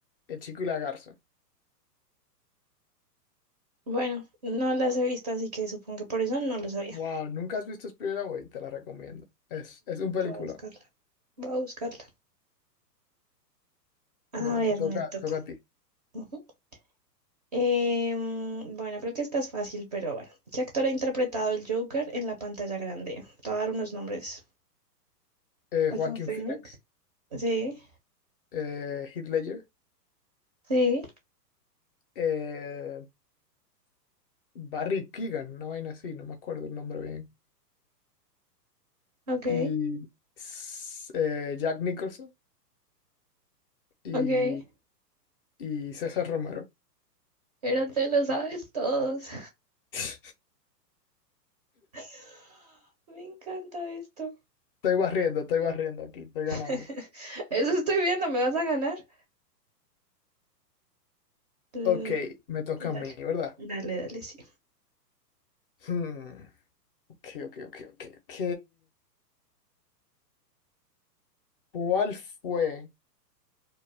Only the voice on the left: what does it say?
El chico y la garza.
Wow, ¿nunca has visto Spirited Away? Te la recomiendo. Es, es un película.
Bueno,
te toca,
te toca a ti.
Eh,
Joaquin
Phoenix,
eh, Heath Ledger,
eh, Barry Keegan, una vaina así, no me acuerdo el nombre bien.
Y s- eh, Jack Nicholson y,
y César Romero.
<laughs>
Estoy barriendo, estoy barriendo aquí, estoy ganando.
Ok, me toca
a mí, ¿verdad?
Hmm, ok, ok, ok, ok, ok. ¿Cuál fue